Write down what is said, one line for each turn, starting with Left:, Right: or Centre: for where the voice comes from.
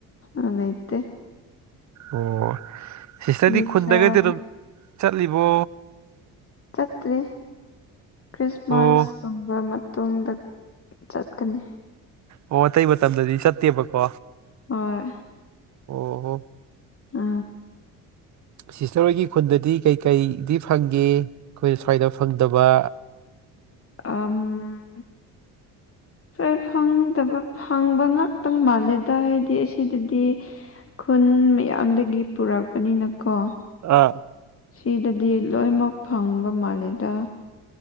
Left: ꯑ ꯂꯩꯇꯦ
Right: ꯑꯣ ꯁꯤꯁꯇꯔꯗꯤ
Left: ꯅ꯭ꯌꯨꯇ꯭ꯔꯦꯜꯅꯤ
Right: ꯈꯨꯟꯒꯩꯗꯤ ꯑꯗꯨꯝ ꯆꯠꯂꯤꯕꯣ
Left: ꯆꯠꯇ꯭ꯔꯤ ꯈ꯭ꯔꯤꯁꯃꯥꯁ
Right: ꯑꯣ
Left: ꯇꯨꯝꯕ ꯃꯇꯨꯡꯗ ꯆꯠꯀꯅꯤ
Right: ꯑꯣ ꯑꯇꯩ ꯃꯇꯝꯗꯗꯤ ꯆꯠꯇꯦꯕꯀꯣ
Left: ꯍꯣꯏ
Right: ꯑꯣꯍꯣ
Left: ꯑ
Right: ꯁꯤꯁꯇꯔꯍꯣꯏꯒꯤ ꯈꯨꯟꯗꯗꯤ ꯀꯩ ꯀꯩꯗꯤ ꯐꯪꯒꯦ ꯑꯩꯈꯣꯏꯅ ꯁ꯭ꯋꯥꯏꯗ ꯐꯪꯗꯕ
Left: ꯑꯝ
Right: <inaudible>
Left: ꯁꯣꯏ ꯐꯪꯗꯕ ꯐꯪꯕ ꯉꯥꯛꯇꯪ ꯃꯥꯜꯂꯦꯗ ꯍꯥꯏꯗꯤ ꯑꯁꯤꯗꯗꯤ ꯈꯨꯟ ꯃꯌꯥꯝꯗꯒꯤ ꯄꯨꯔꯛꯄꯅꯤꯅ ꯀꯣ
Right: ꯑꯥ
Left: ꯁꯤꯗꯗꯤ ꯂꯣꯏꯅꯃꯛ ꯐꯪꯕ ꯃꯥꯂꯦꯗ